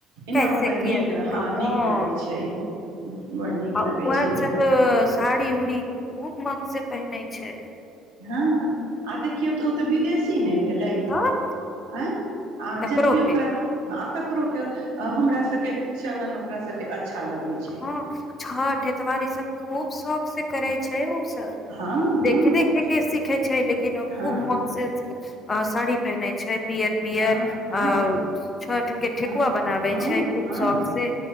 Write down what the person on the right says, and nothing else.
एना
ओकरा
नीक
हाँ
नीक लगै छै बड़ नीक
लगै
छै ओकरा
हाँ आ देखियौ तऽ ओ तऽ विदेशी नहि भेलै
अ आ
ज भी
ओकरा तकरो के हमरा सब के चलन ओकरा सब के अच्छा लगै छै
हँ हँ
हँ
हँ हँ
हँ
हँ
हँ